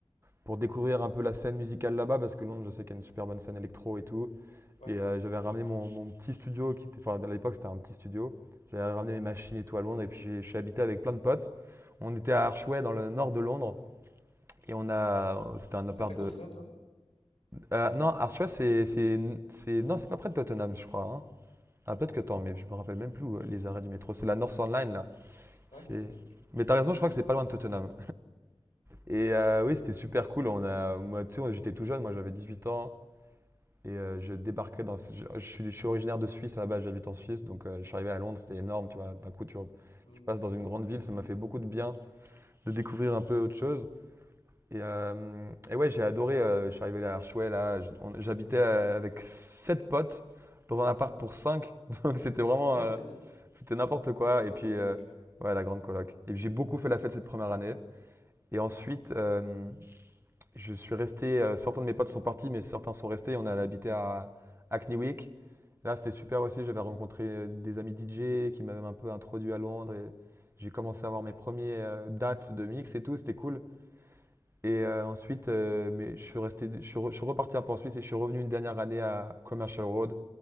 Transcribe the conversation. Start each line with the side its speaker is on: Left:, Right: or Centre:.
Right: pour découvrir un peu la scène musicale là-bas, parce que Londres, je sais qu'il y a une super bonne scène électro et tout.
Left: Ouais.
Right: Et euh, j'avais ramené mon, mon petit studio, qui était, enfin à l'époque c'était un petit studio. J'avais ramené mes machines et tout à Londres et puis j'ai- je suis habité avec plein de potes. On était à Archway dans le nord de Londres et on a, euh, c'était un appart
Left: C'est près de
Right: de.
Left: Tottenham, non?
Right: euh, non, Archway c'est, c'est, c'est, non c'est pas près de Tottenham je crois. hein. Ah peut-être que tant, mais je me rappelle même plus où, euh, les arrêts du métro. C'est la North Line là.
Left: Ouais,
Right: C'est.
Left: c'est ok.
Right: Mais t'as raison, je crois que c'est pas loin de Tottenham. Et euh, oui, c'était super cool. On a, moi, tu sais, j'étais tout jeune, moi j'avais 18 ans. Et euh, je débarquais dans. Je, je suis, je suis originaire de Suisse à la base, j'habite en Suisse, donc euh, je suis arrivé à Londres, c'était énorme, tu vois. D'un coup, tu,
Left: Hmm.
Right: tu passes dans une grande ville, ça m'a fait beaucoup de bien de découvrir un peu autre chose. Et, euh, et ouais, j'ai adoré, euh, je suis arrivé à Archouet, là, j- on- j'habitais euh, avec sept potes dans un appart pour 5 <laughs> donc c'était vraiment.
Left: <laughs>
Right: euh, c'était n'importe quoi.
Left: La grande
Right: Et puis,
Left: coloc.
Right: euh, ouais, la grande coloc. Et j'ai beaucoup fait la fête cette première année. Et ensuite, euh, je suis resté, euh, certains de mes potes sont partis, mais certains sont restés. On a habité à Hackneywick. Là, c'était super aussi. J'avais rencontré euh, des amis DJ qui m'avaient un peu introduit à Londres. Et j'ai commencé à avoir mes premières euh, dates de mix et tout. C'était cool. Et euh, ensuite, euh, mais je suis resté, je suis, re- je suis reparti un peu en Suisse et je suis revenu une dernière année à Commercial Road,